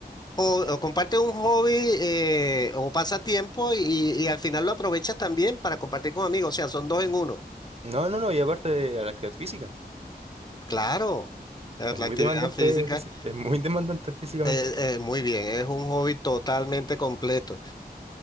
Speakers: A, on the left; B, on the right.
A: jo- o compartes un hobby eh, o pasatiempo y, y al final lo aprovechas también para compartir con amigos. O sea, son dos en uno.
B: No, no, no, y aparte de la actividad física,
A: Claro, eh,
B: es
A: la
B: muy
A: actividad
B: demandante,
A: física,
B: fisi- es muy demandante físicamente.
A: eh, eh, muy bien, es un hobby totalmente completo.